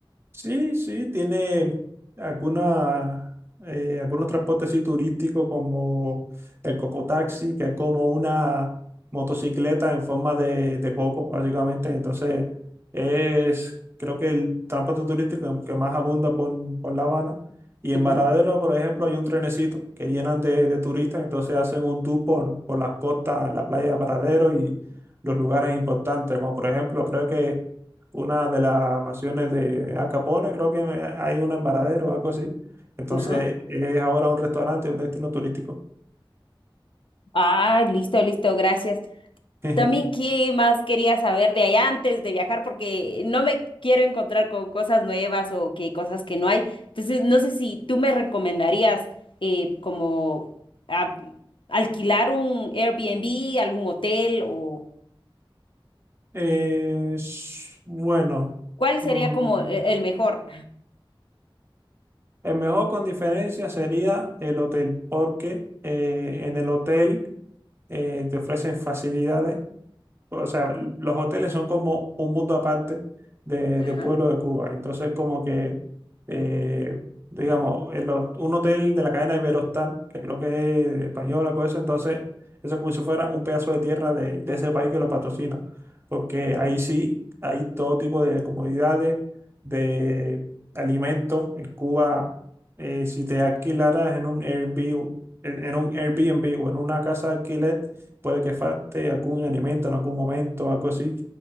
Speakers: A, on the right; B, on the left.
A: Sí, sí, tiene alguna, eh, algunos transportes así turísticos como el cocotaxi, que es como una motocicleta en forma de, de coco, básicamente. Entonces, es creo que el transporte turístico que más abunda por, por La Habana. Y en
B: Ujú,
A: Varadero, por ejemplo, hay un trenecito que llenan de, de turistas, entonces hacen un tour por, por las costas, la playa de Varadero y los lugares importantes, como por ejemplo, creo que una de las mansiones de Al Capone, creo que hay una en Varadero o algo así. Entonces
B: Ajá.
A: es ahora un restaurante, un destino turístico.
B: Ah, listo, listo, gracias.
A: <laughs>
B: También, ¿qué más quería saber de allá antes de viajar? Porque no me quiero encontrar con cosas nuevas o que cosas que no hay. Entonces, no sé si tú me recomendarías eh, como a- alquilar un Airbnb, algún hotel o
A: Eh, s- bueno,
B: cuál
A: mm,
B: sería como e- el mejor.
A: el mejor con diferencia sería el hotel, porque eh, en el hotel eh, te ofrecen facilidades o sea, los hoteles son como un mundo aparte de,
B: Ajá.
A: de pueblo de Cuba. Entonces, como que, eh, digamos, en los- un hotel de la cadena Iberostar, que creo que es española, cosa eso, entonces, eso es como si fuera un pedazo de tierra de, de ese país que lo patrocina. Porque ahí sí hay todo tipo de comodidades, de alimentos. En Cuba, eh, si te alquilaras en un Airbnb, en en un Airbnb o en una casa de alquiler, puede que falte algún alimento en algún momento, algo así,